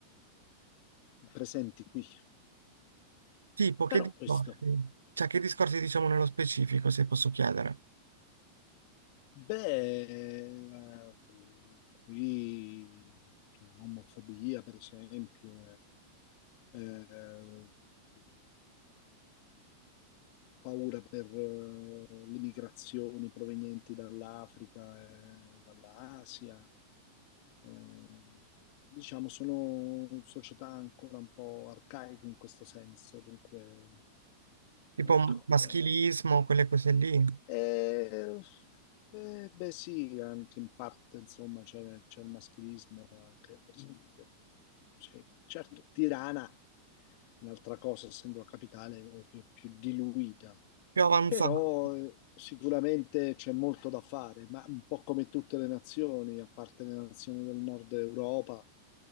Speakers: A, on the left; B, on the right.
A: presenti qui.
B: Tipo, che
A: Però
B: discorsi?
A: questo,
B: Cioè, che discorsi diciamo nello specifico, se posso chiedere?
A: beh, eh, qui c'è omofobia, per esempio, eh, eh, paura per eh, le migrazioni provenienti dall'Africa e dall'Asia. Eh, diciamo, sono società ancora un po' arcaiche in questo senso, dunque,
B: Tipo
A: ecco.
B: m- maschilismo,
A: eh.
B: quelle cose lì,
A: E, eh, beh, sì, anche in parte, insomma, c'è c'è il maschilismo anche presente. Sì, certo, Tirana, è un'altra cosa, essendo la capitale, è più più diluita.
B: più avanzate.
A: Però eh, sicuramente c'è molto da fare, ma un po' come tutte le nazioni, a parte le nazioni del nord Europa,